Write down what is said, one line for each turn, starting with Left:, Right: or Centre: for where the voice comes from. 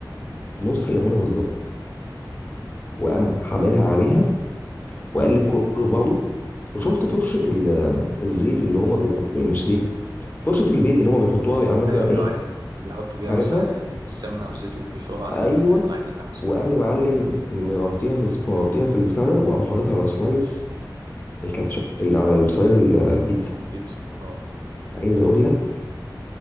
Left: نص ليمونه بالظبط وقام حاملها عليها واقلب كله في بعضه وشفت فرشه ال- الزيت اللي هما بيحطوا مش زيت فرشه البيت اللي هما بيحطوها يعني مثلا
Right: ايوه ايوه
Left: ايه
Right: عارف اللي بيحطوا بيها
Left: عارفها
Right: مثلا ال- السمنه والزيت ويفرشوها على
Left: ايوه
Right: ال- العجينه مثلا
Left: وقام يا معلم مغطيها في مغطيها في البتاع ده وقام حاططها على سلايز الكاتشب اللي على سلايز البيتزا
Right: البيتزا اه
Left: عايز اقول لك